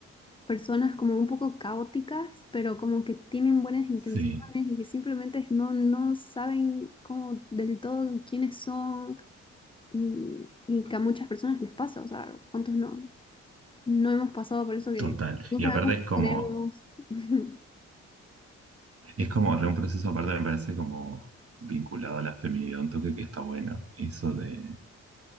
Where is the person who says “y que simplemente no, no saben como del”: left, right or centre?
Left